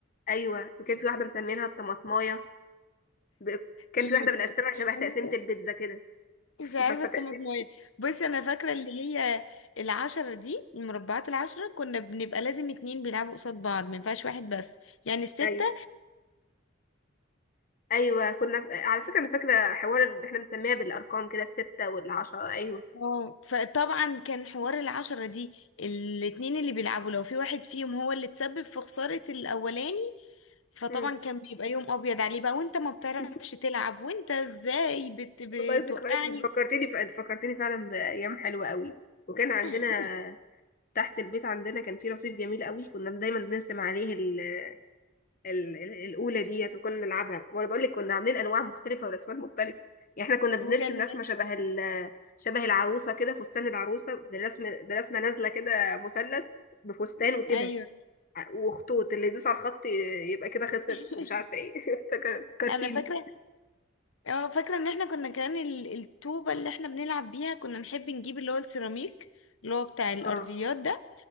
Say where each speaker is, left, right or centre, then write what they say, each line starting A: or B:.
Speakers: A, on the left; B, on the left.
A: أيوة وكان في واحدة مسمينها الطماطماية ب- كان
B: ال-
A: في واحدة بنقسمها شبه تقسيمة
B: مش
A: البيتزا كده
B: مش عارفة
A: <laughs> عارفة
B: الطماطمية
A: تقسيمة
B: بس أنا فاكرة اللي هي العشرة دي المربعات العشرة كنا بنبقى لازم اتنين بيلعبوا قصاد بعض ما ينفعش واحد بس يعني الستة
A: ايوه ايوه كنا ف... على فكره انا فاكره حوار اللي احنا بنسميها بالارقام كده السته والعشره ايوه
B: اه فطبعا كان حوار العشرة دي الاتنين اللي بيلعبوا لو في واحد فيهم هو اللي تسبب في خسارة الأولاني فطبعا
A: مم.
B: كان بيبقى يوم أبيض عليه بقى وانت ما بتعرفش
A: <laughs>
B: تلعب وانت ازاي بت... بتوقعني
A: والله ذكريات انت فكرتني ف... انت فكرتني فعلا بايام حلوه قوي وكان عندنا
B: <laughs>
A: تحت البيت عندنا كان في رصيف جميل قوي كنا دايما بنرسم عليه ال... ال... ال... الاولى ديت وكنا نلعبها وانا بقول لك كنا عاملين انواع مختلفه ورسمات مختلفه يعني احنا كنا بنرسم
B: وكان
A: رسمه شبه ال... شبه العروسه كده فستان العروسه بالرسم برسمه نازله كده مثلث بفستان وكده
B: ايوه
A: وخطوط اللي يدوس على الخط ي- يبقى كده خسر
B: <laughs>
A: ومش عارفه ايه <laughs> فكرتيني
B: انا فاكره اه فاكره ان احنا كنا كمان ال- الطوبه اللي احنا بنلعب بيها كنا نحب نجيب اللي هو السيراميك اللي هو بتاع الارضيات
A: اه
B: ده